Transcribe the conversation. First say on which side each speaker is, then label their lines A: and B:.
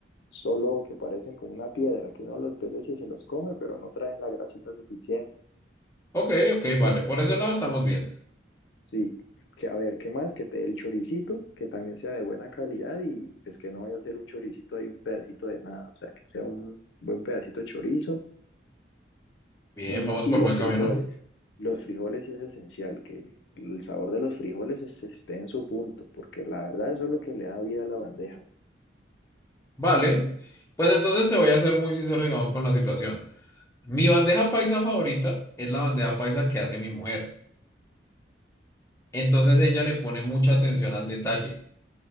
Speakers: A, on the left (about 70°); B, on the left (about 15°).
A: solo que parecen como una piedra, que uno los ve y se los come, pero no traen la grasita suficiente.
B: Ok, ok, vale.
A: En
B: Por ese lado estamos bien.
A: Sí, que a ver, ¿qué más? Que te dé el choricito, que también sea de buena calidad y pues que no vaya a ser un choricito ahí un pedacito de nada, o sea, que sea un buen pedacito de chorizo.
B: Bien,
A: Mm,
B: vamos
A: y
B: por
A: los
B: buen camino.
A: frijoles, los frijoles sí es esencial, que el sabor de los frijoles es- esté en su punto, porque la verdad eso es lo que le da vida a la bandeja.
B: Vale. Pues entonces te voy a ser muy sincero, digamos, con la situación. Mi bandeja paisa favorita es la bandeja paisa que hace mi mujer. Entonces ella le pone mucha atención al detalle.